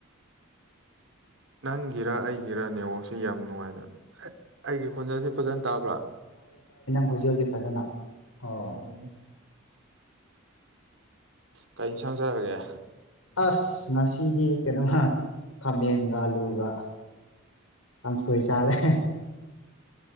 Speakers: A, on the right; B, on the left.
A: ꯅꯪꯒꯤꯔ ꯑꯩꯒꯤꯔꯥ ꯅꯦꯉꯣꯁꯤ ꯌꯥꯝ ꯅꯨꯡꯉꯥꯏꯗ ꯑꯩꯒꯤ ꯈꯣꯟꯖꯁꯤ ꯐꯖꯅ ꯇꯥꯕ꯭ꯔꯥ
B: ꯍꯧꯍꯩꯖꯤꯛ ꯐꯖꯅ ꯑꯣ
A: ꯎꯝ ꯀꯔꯤ ꯌꯦꯟꯁꯥꯡ ꯆꯥꯔꯒꯦ
B: ꯑꯁ ꯉꯁꯤꯗꯤ ꯀꯩꯅꯣꯃ ꯈꯥꯃꯦꯟꯒ ꯑꯂꯨꯒ ꯀꯝ ꯁꯏ ꯆꯥꯂꯦ